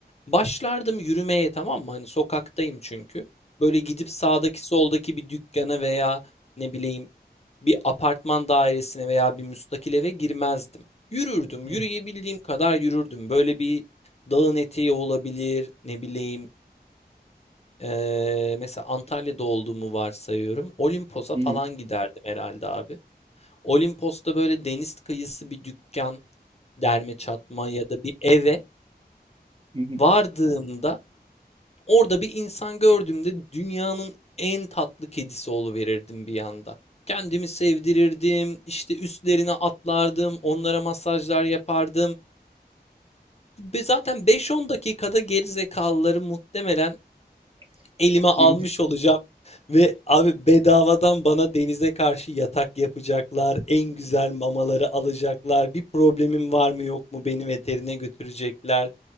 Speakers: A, on the left; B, on the right.
A: başlardım yürümeye, tamam mı? Hani sokaktayım çünkü. Böyle gidip sağdaki soldaki bir dükkana veya ne bileyim bir apartman dairesine veya bir müstakil eve girmezdim. Yürürdüm,
B: Hı
A: yürüyebildiğim
B: hı.
A: kadar yürürdüm. Böyle bir dağın eteği olabilir, ne bileyim eee, mesela Antalya'da olduğumu varsayıyorum. Olimpos'a
B: Hı
A: falan
B: hı.
A: giderdim herhalde abi. Olimpos'ta böyle deniz kıyısı bir dükkan, derme çatma ya da bir eve
B: Hı hı.
A: Vardığımda orada bir insan gördüğümde dünyanın en tatlı kedisi oluverirdim bir anda. Kendimi sevdirirdim, işte üstlerine atlardım, onlara masajlar yapardım. Ve zaten 5-10 dakikada geri zekalıları muhtemelen
B: <laughs>
A: elime almış
B: Gerizekalı
A: olacağım. Ve abi bedavadan bana denize karşı yatak yapacaklar, en güzel mamaları alacaklar, bir problemim var mı yok mu beni veterine götürecekler.